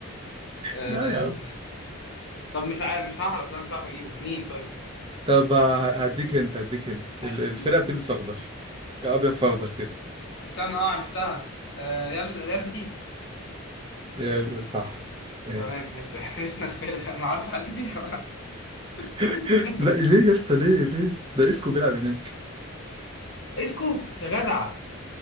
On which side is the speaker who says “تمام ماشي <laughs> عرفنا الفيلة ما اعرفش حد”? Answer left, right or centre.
Left